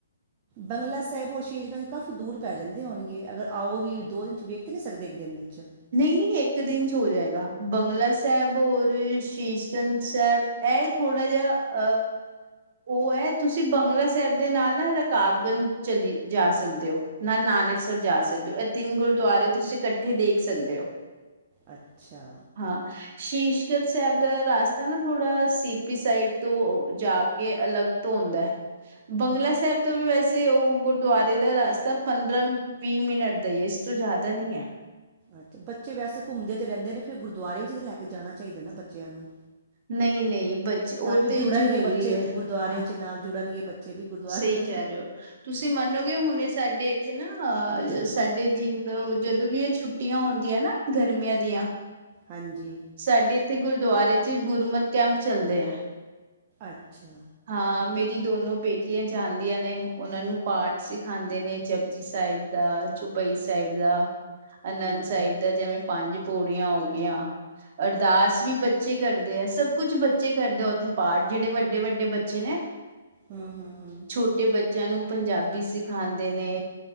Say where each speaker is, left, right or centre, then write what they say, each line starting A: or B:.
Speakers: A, on the right; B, on the right.
A: ਬੰਗਲਾ ਸਾਹਿਬ ਹੋਸ਼ ਸੀਸਗੰਜ 'ਚ ਕਾਫੀ ਦੂਰ ਪੈ ਜਾਂਦੇ ਹੋਣਗੇ, ਅਗਰ ਆਓ ਵੀ, ਦੋ ਦਿਨ 'ਚ ਵੇਖ ਤਾਂ ਨਹੀਂ ਸਕਦੇ, ਇੱਕ ਦਿਨ 'ਚ।
B: ਨਹੀਂ- ਨਹੀਂ ਇੱਕ ਦਿਨ 'ਚ ਹੋ ਜਾਏਗਾ, ਬੰਗਲਾ ਸਾਹਿਬ ਔਰ ਸ਼ੀਸ਼ਗੰਜ ਸਾਹਿਬ। ਇਹ ਥੋੜਾ ਜਿਹਾ, ਅਹ ਉਹ ਏ, ਤੁਸੀਂ ਬੰਗਲਾ ਸਾਹਿਬ ਦੇ ਨਾਲ ਨਾ, ਰਕਾਬਗੰਜ ਚਲੀ ਜਾ ਸਕਦੇ ਹੋ। ਨਾਲ ਨਾਨਕਸਰ ਜਾ ਸਕਦੇ ਹੋ, ਇਹ ਤਿੰਨ ਗੁਰਦੁਆਰੇ ਤੁਸੀਂ ਇਕੱਠੇ ਦੇਖ ਸਕਦੇ ਹੋ।
A: ਅੱਛਾ।
B: ਹਾਂ, ਸ਼ੀਸ਼ਗੰਜ ਸਾਹਿਬ ਦਾ ਰਸਤਾ ਨਾ ਥੋੜਾ, ਸੀਪੀ ਸਾਈਡ ਤੋਂ ਜਾ ਕੇ ਅਲੱਗ ਤੋਂ ਹੁੰਦਾ, ਬੰਗਲਾ ਸਾਹਿਬ ਤੋਂ ਵੀ ਵੈਸੇ ਉਹ ਗੁਰਦੁਆਰੇ ਦਾ ਰਸ ਤਾਂ ਪੰਦਰਾਂ-ਵੀਹ ਮਿੰਟ ਦਾ ਹੀ ਹੈ, ਇਸ ਤੋਂ ਜ਼ਿਆਦਾ ਨਹੀਂ ਹੈ।
A: ਅੱਛਾ, ਬੱਚੇ ਵੈਸੇ ਘੁੰਮਦੇ ਤੇ ਰਹਿੰਦੇ ਨੇ, ਫਿਰ ਗੁਰਦੁਆਰੇ ਵਿੱਚ ਲੈ ਕੇ ਜਾਣਾ ਚਾਹੀਦਾ ਨਾ ਬੱਚਿਆਂ ਨੂੰ।
B: ਨਹੀਂ ਨਹੀਂ ਬੱਚੇ ਉਹ
A: ਤਾਂ ਵੀ
B: ਤੇ
A: ਜੁੜਨਗੇ
B: ਜ਼ਰੂਰੀ
A: ਬੱਚੇ,
B: ਹੈ
A: ਗੁਰਦੁਆਰਿਆਂ
B: ਹਾਂ
A: ਚ ਨਾਲ ਜੁੜਨਗੇ, ਬ ਚੇ ਗੁਰਦੁਆਰੇ।
B: ਸਹੀ ਕਹਿ ਰਹੇ ਹੋ। ਤੁਸੀਂ ਮੰਨੋਗੇ ਹੁਣੇ ਸਾਡੇ ਇੱਥੇ ਨਾ, ਅਹ ਸਾਡੇ ਜਦੋਂ ਵੀ ਇਹ ਛੁੱਟੀਆਂ ਹੁੰਦੀਆਂ ਨਾ। ਗਰਮੀਆਂ ਦੀਆਂ,
A: ਹਾਂਜੀ
B: ਸਾਡੇ ਇੱਥੇ ਗੁਰਦੁਆਰੇ 'ਚ ਗੁਰਮਤ ਕੈਂਪ ਚੱਲਦੇ ਏ।
A: ਅੱਛਾ।
B: ਹਾਂ, ਮੇਰੀ ਦੋਨੋ ਬੇਟੀਆਂ ਜਾਂਦੀਆਂ ਨੇ, ਉਹਨਾਂ ਨੂੰ ਪਾਠ ਸਿਖਾਦੇ ਨੇ। ਜਪੁਜੀ ਸਾਹਿਬ ਦਾ, ਚੁਪਈ ਸਾਹਿਬ ਦਾ। ਅਨੰਦ
A: ਹੂੰ
B: ਸਾਹਿਬ ਦਾ। ਜਿਵੇਂ ਪੰਜ ਪੋੜੀਆਂ ਹੋ ਗਈਆਂ। ਅਰਦਾਸ ਵੀ ਬੱਚੇ ਕਰਦੇ ਆ। ਸਭ ਕੁਛ ਬੱਚੇ ਕਰਦੇ ਆ ਉੱਥੇ ਪਾਠ ਜਿਹੜੇ ਵੱਡੇ-ਵੱਡੇ ਬੱਚੇ ਨੇ,
A: ਹੂੰ ਹੂੰ ਹੂੰ
B: ਛੋ- ਟੇ ਬੱਚਿਆਂ ਨੂੰ ਪੰਜਾਬੀ ਸਿਖਾਦੇ ਨੇ।